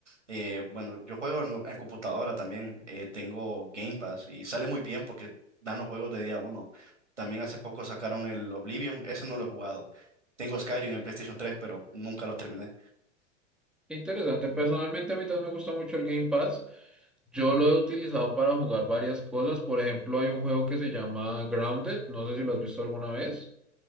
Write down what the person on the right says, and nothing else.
Eh, bueno, yo juego en, en computadora también, eh, tengo Game Pass y sale muy bien porque dan los juegos de día uno. También hace poco sacaron el Oblivion, ese no lo he jugado. Tengo Skyrim en PlayStation 3, pero nunca los terminé.